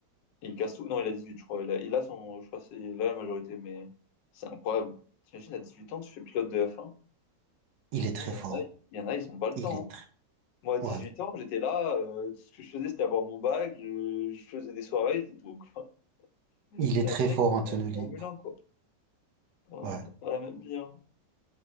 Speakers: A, on the left (about 80°); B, on the right (about 75°).
A: il casse tout. Non, il a 18 je crois. Il a, il a son, je crois, que c'est il a la majorité, mais c'est incroyable. T'imagines, à 18 ans, tu fais pilote de F1. Putain,
B: Il est très
A: il y
B: fort.
A: en a, il y en a, ils ont pas le
B: Il
A: temps.
B: est très...
A: hein. Moi, à dix
B: Ouais.
A: huit ans, j'étais là, euh, tout ce que je faisais, c'était avoir mon bac, je, je faisais des soirées, c'est tout, quoi. <laughs>
B: Il est
A: T'as
B: très
A: un mec
B: fort en
A: qui
B: tenue
A: est en
B: libre.
A: Formule 1, quoi. Voilà,
B: Ouais.
A: on a pas la même vie, hein.